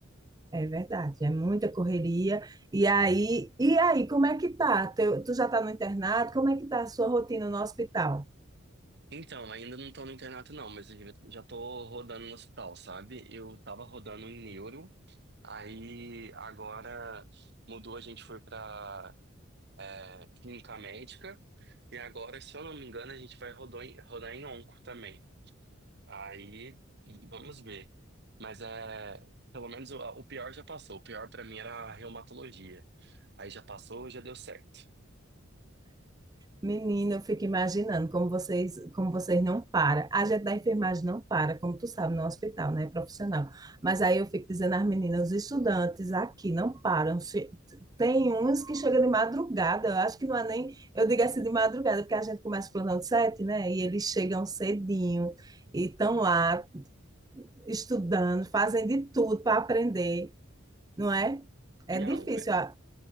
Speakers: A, on the right; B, on the right.
A: É verdade, é muita correria. E aí, e aí, como é que tá? Teu- Tu já tá no internato? Como é que tá a sua rotina no hospital?
B: Então, ainda não tô no internato não, mas eu já já tô rodando no hospital, sabe? Eu tava rodando em neuro, aí agora mudou, a gente foi pra é, clínica médica, e agora, se eu não me engano, a gente vai rodar em, rodar em onco também. Aí, vamos ver. Mas é, pelo menos o, o pior já passou. O pior pra mim era a reumatologia. Aí já passou, já deu certo.
A: Menina, eu fico imaginando como vocês, como vocês não param. A gente da enfermagem não para, como tu sabe, no hospital, né? Profissional. Mas aí eu fico dizendo às meninas, os estudantes aqui não param. Che- Tem uns que chegam de madrugada, eu acho que não é nem, eu digo assim de madrugada, porque a gente começa o plantão de sete, né? E eles chegam cedinho e estão lá estudando, fazem de tudo para aprender, não é? É
B: Não,
A: difícil.
B: é
A: a-